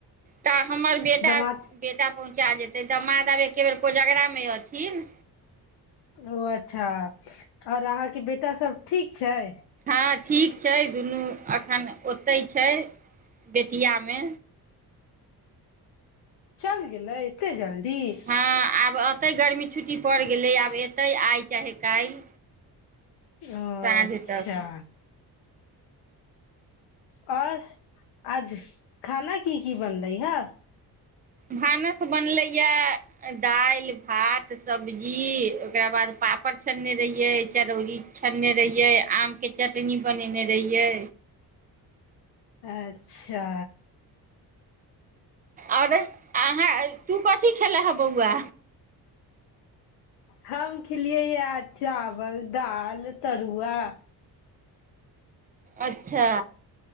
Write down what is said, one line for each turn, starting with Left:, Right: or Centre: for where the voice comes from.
Right: तऽ हमर बेटा
Left: दमाद
Right: बेटा पहुँचा जेतै तऽ माधव दब एके बेर कोजगरा मे अथिन
Left: ओ अच्छा आओर अहाँके बेटासब ठीक छै
Right: हँ ठीक छै दुनू अखन ओतहि छै बेतियामे
Left: चल गेल ल एते जल्दी तीस
Right: हँ आब एतै गर्मी छुट्टी पड़ि गेलै आब एतै आइ चाहे काल्हि
Left: ओ
Right: साँझ
Left: अच्छा
Right: तक
Left: आओर आज खाना की की बनलै हा
Right: भानस बनलैए दालि भात सब्जी ओकरा बाद पापड़ छनने रहियै चरौरी छनने रहियै आमके चटनी बनेने रहियै
Left: अच्छा
Right: आओर अहाँ तू कथी खेलां हन बौआ
Left: हम खिलियै यै चावल दाल तरुआ
Right: अच्छा